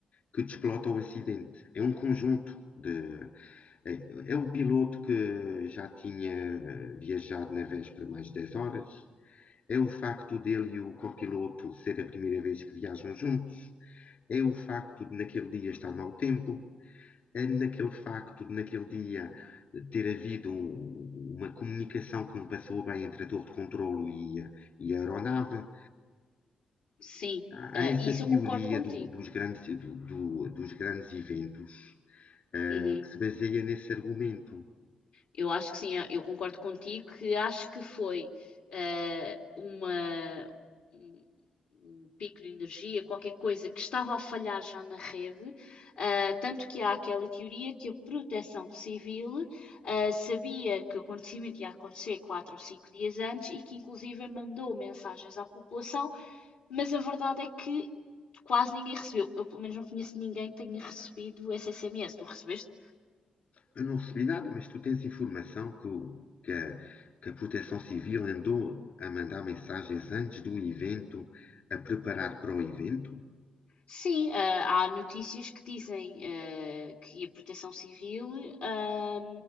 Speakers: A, on the left; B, on the left.
A: que desplota o acidente, é um conjunto. De, é, é o piloto que já tinha eh, viajado na véspera mais de 10 horas, é o facto dele e o copiloto ser a primeira vez que viajam juntos. É o facto de naquele dia estar mau tempo. É naquele facto de naquele dia ter havido um- uma comunicação que não passou bem entre a torre de controlo e a, e a aeronave.
B: Sim,
A: Há
B: ah,
A: essa
B: isso
A: teoria
B: eu concordo contigo.
A: do- dos grandes, do- do- dos grandes eventos, eh,
B: Uhum.
A: que se baseia nesse argumento.
B: Eu acho que sim, eu eu concordo contigo que acho que foi ah, uma, um um pico de energia, qualquer coisa que estava a falhar já na rede, ah, tanto que há aquela teoria que a proteção civil ah, sabia que o acontecimento ia acontecer quatro ou cinco dias antes e que inclusive mandou mensagens à população, mas a verdade é que quase ninguém recebeu. Eu pelo menos não conheço ninguém que tenha recebido esse SMS. Tu recebeste?
A: Eu não recebi nada, mas tu tens informação que, o- que a, que a Proteção Civil andou a mandar mensagens antes do evento, a preparar para o evento?
B: Sim, ah, há notícias que dizem ah, que a Proteção Civil ah,